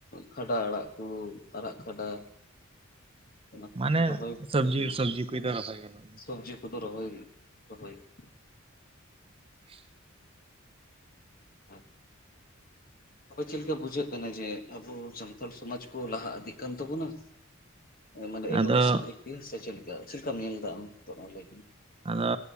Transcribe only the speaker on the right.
ᱢᱟᱱᱮ,
ᱥᱚᱵᱽᱡᱤ,
ᱥᱚᱵᱽᱡᱤ ᱠᱚ <unintelligible> ᱫᱟᱨᱚᱭ ᱵᱟᱭ ᱜᱟᱱᱚᱜᱼᱟ ᱾
ᱦᱚᱻᱩᱪ <unintelligible>
ᱟᱫᱚ
ᱟᱫᱚ